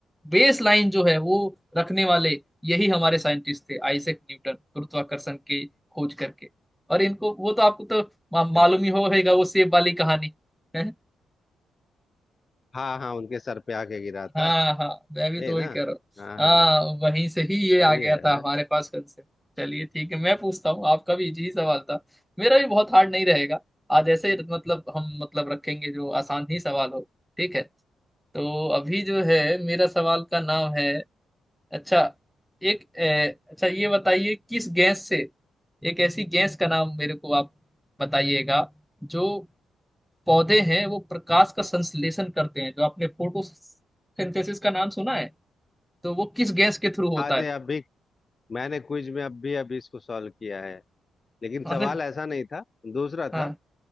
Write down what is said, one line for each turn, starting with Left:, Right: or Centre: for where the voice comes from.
Centre: बेस लाइन जो है वो रखने वाले यही हमारे साइंटिस्ट थे आइजैक न्यूटन गुरुत्वाकर्षण की खोज करके और इनको वो तो आपको तो मा, मालूम
Left: क्या बात
Centre: ही होगा वो सेब वाली कहानी है
Left: हाँ हाँ उनके सर पे आके गिरा था
Centre: हाँ हाँ मैं भी
Left: ये
Centre: तो
Left: ना
Centre: वही कर रहा हूँ
Left: हाँ हाँ
Centre: हाँ वहीं से ही ये
Left: सही
Centre: आ गया
Left: है
Centre: था हमारे पास कंसेप्ट चलिए ठीक है मैं पूछता हूँ आपका भी इजी ही सवाल था मेरा भी बहुत हार्ड नहीं रहेगा आज ऐसे ही मतलब हम मतलब रखेंगे जो आसान ही सवाल हो ठीक है तो अभी जो है मेरा सवाल का नाम है अच्छा एक ए, अच्छा ये बताइए किस गैस से एक ऐसी गैस का नाम मेरे को आप बताइएगा जो पौधे हैं वो प्रकाश का संश्लेषण करते हैं जो आपने फोटोसिंथेसिस का नाम सुना है तो वो किस गैस के थ्रू होता
Left: आज
Centre: है
Left: है, अभी मैंने क्विज में अभी अभी इसको सॉल्व किया है लेकिन
Centre: अरे
Left: सवाल ऐसा नहीं था दूसरा
Centre: हाँ
Left: था